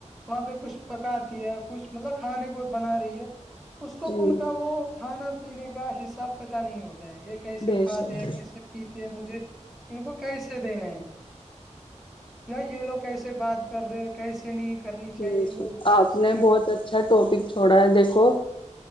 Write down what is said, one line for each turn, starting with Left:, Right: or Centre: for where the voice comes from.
Centre: وہاں پہ کچھ پکاتی ہے کچھ مطلب کھانے کو بنا رہی ہے اس کو
Left: جی
Centre: ان کا وہ کھانا پینے کا حصہ سب پتا نہیں ہوتا ہے یہ کیسے
Left: بے
Centre: کھاتے
Left: شک
Centre: کیسے پیتے مجھے ان کو کیسے دینا ہے یا یہ لوگ کیسے بات کر رہے کیسے نہیں کرنی چاہیے
Left: جی سر
Centre: ان لوگوں کے
Left: آپ
Centre: سامنے
Left: نے
Centre: بات۔
Left: بہت اچھا ٹاپک چھوڑا ہے دیکھو